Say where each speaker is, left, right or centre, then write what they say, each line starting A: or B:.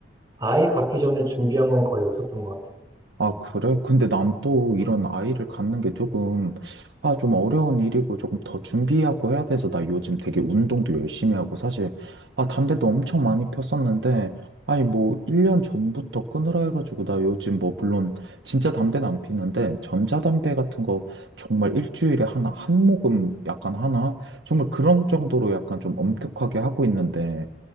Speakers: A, on the right (about 20°); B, on the right (about 70°).
A: 아이 갖기 전에 준비한 건 거의 없었던 것 같아.
B: 아, 그래? 근데 난 또 이런
A: 음,
B: 아이를 갖는 게 조금, 아, 좀 어려운 일이고 조금 더 준비하고 해야 돼서 나 요즘 되게 운동도 열심히 하고 사실, 아, 담배도 엄청 많이 폈었는데, 아니, 뭐, 1년 전부터 끊으라 해가지고 나 요즘 뭐, 물론 진짜 담배는 안 피는데, 전자담배 같은 거 정말 일주일에 하나, 한 모금 약간 하나? 정말 그런 정도로 약간 좀 엄격하게 하고 있는데,